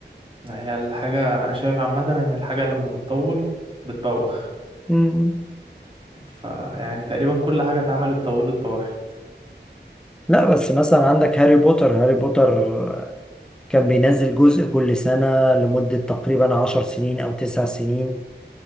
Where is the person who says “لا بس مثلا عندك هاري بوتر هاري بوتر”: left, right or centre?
Centre